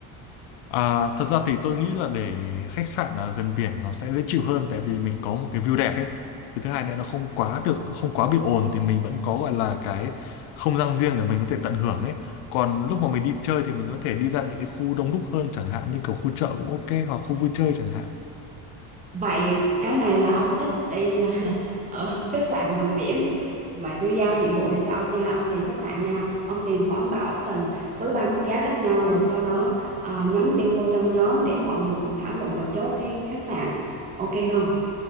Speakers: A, on the left; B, on the right.
A: À, thật ra thì tôi nghĩ là để khách sạn ở gần biển nó sẽ dễ chịu hơn tại vì mình có một cái view đẹp ấy. Cái thứ hai nữa nó không quá được không quá bị ồn thì mình vẫn có gọi là cái không gian riêng để mình có thể tận hưởng ấy. Còn lúc mà mình đi chơi thì mình có thể đi ra những cái khu đông đúc hơn chẳng hạn như kiểu khu chợ cũng ok hoặc khu vui chơi chẳng hạn.
B: Vậy cái này là ông thích đi <laughs> ở khách sạn gần biển. Vậy tôi giao nhiệm vụ này cho ông nha, ông tìm khách sạn nha. Ông tìm khoảng 3 option với ba mức giá khác nhau rồi sau đó ờ, nhắn tin vô trong nhóm để mọi người cùng thảo luận và chốt cái khách sạn. Ok không?